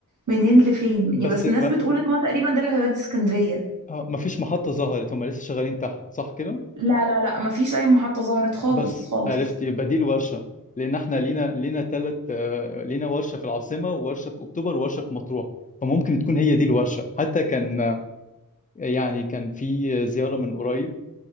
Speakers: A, on the right (about 60°); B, on the left (about 25°).
A: منين لفين
B: بس
A: يعني بس
B: ما
A: الناس بتقول ان هو تقريبا ده اللي هيودي اسكندرية
B: آه، ما فيش محطة ظهرت هم لسه شغالين تحت صح كده
A: لا لا لا مفيش اي محطة ظهرت خالص
B: بس
A: خالص
B: عرفت يبقى دي الورشة لان احنا لينا لينا ثلاث لينا ورشة في العاصمة وورشة في اكتوبر وورشة في مطروح فممكن تكون هي دي الورشة حتى كان يعني كان في زيارة من قريب